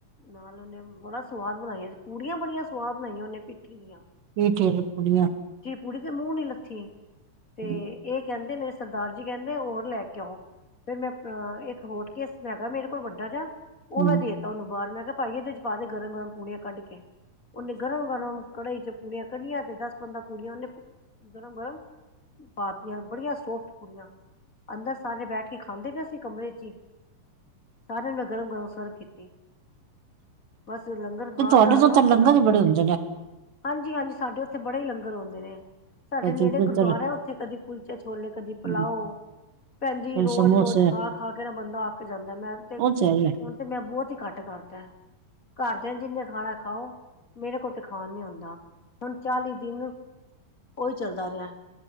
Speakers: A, on the left; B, on the right.
A: ਨਾਲ ਉਹਨੇ ਬੜਾ ਸਵਾਦ ਬਣਾਇਆਂ ਸੀ। ਪੂੜੀਆਂ ਬੜੀਆਂ ਸਵਾਦ ਬਨਾਈਆਂ ਉਹਨੇ, ਪਿੱਠੀ ਦੀਆਂ।
B: <unintelligible> <inaudible>
A: ਪੁੜੀ ਤੇ ਮੂੰਹੋਂ ਨੀ ਲੱਥੀ ਤੇ
B: ਹੂੰ,
A: ਇਹ ਕਹਿੰਦੇ ਨੇ- ਸਰਦਾਰ ਜੀ ਕਹਿੰਦੇ, ਹੋਰ ਲੈ ਕੇ ਆੳ। ਫੇਿਰ ਮੈਂ ਇੱਕ ਹੋਟਕੇਸ ਹੈਗਾ, ਮੇਰੇ ਕੋਲ ਵੱਡਾ ਜਾ- ਉਹ
B: ਹੂੰ,
A: ਮੈਂ ਦੇ ਦਿੱਤਾ ਉਹਨੂੰ। ਬਾਹਰ ਮੈਂ ਕਿਹਾ, ਭਾਈ, ਇਹਦੇ ਚ ਪਾ ਦੇ। ਗਰਮ ਗਰਮ ਪੂੜੀਆਂ ਕੱਢ ਕੇ ਉਹਨੇ ਗਰਮ ਗਰਮ- ਕੜਾਈ ਚੋ ਪੂੜੀਆਂ ਕੱਢੀਆਂ। ਤੇ ਦਸ ਪੰਦਰਾਂ ਪੂੜੀਆਂ ਉਹਨੇ ਗਰਮ ਗਰਮ- ਪਾਤਿਆਂ, ਬੜੀਆਂ ਸੋਫਟ ਪੁੜੀਆਂ- ਅੰਦਰ ਸਾਰੇ ਬੈਠ ਕੇ ਖਾਂਦੇ ਪਏ ਸੀ। ਕਮਰੇ ਚ ਹੀ ਸਾਰਿਆਂ ਨੂੰ ਮੈਂ ਗਰਮ ਗਰਮ ਸਰਵ ਕੀਤੀ। ਬਸ ਲੰਗਰ ਖਾਣ
B: ਤੇ ਤੁਹਾਡੇ
A: ਦਾ ਆਨੰਦ
B: ਤੋਂ ਤਾਂ
A: ਹੀ
B: ਲੰਗਰ
A: ਆ ਗਿਆ
B: ਬੜੇ ਹੁੰਦੇ ਨੇ,
A: ਹਾਂਜੀ ਹਾਂਜੀ ਸਾਡੇ ਉੱਥੇ ਬੜੇ ਹੀ ਲੰਗਰ ਹੋਂਦੇ ਨੇ। ਸਾਡੇ
B: ਕਦੀ
A: ਨੇੜੇ
B: ਕਿੱਧਰ
A: ਗੁਰਦੁਆਰਾ ਹੈ। ਉੱਥੇ ਕਦੀ ਕੁਲਚੇ ਛੋਲੇ, ਕਦੀ ਪਲਾਓ-
B: ਹੂੰ,
A: ਭੈਣ ਜੀ
B: ਕਦੀ
A: ਰੋਜ਼
B: ਸਮੋਸੇ
A: ਰੋਜ਼ ਖਾ ਖਾ ਕੇ ਨਾ ਬੰਦਾ ਅੱਕ ਜਾਂਦਾ ਹੈ। ਮੈਂ ਨ ਤੇ
B: ਉਹ
A: ਹੁਣ
B: ਹੈ ਈ ਐ,
A: ਤੇ ਮੈਂ ਬਹੁਤ ਈ ਘੱਟ- ਕਰਤਾ ਘਰਦਿਆਂ ਜਿੰਨੇ ਖਾਣਾ ਖਾਓ, ਮੇਰੇ ਕੋਲ ਤੇ ਖਾਣ ਨੀ ਹੋਂਦਾ। ਹੁਣ ਚਾਲੀ ਦਿਨ ਉਹੀ ਚੱਲਦਾ ਰਿਹਾ।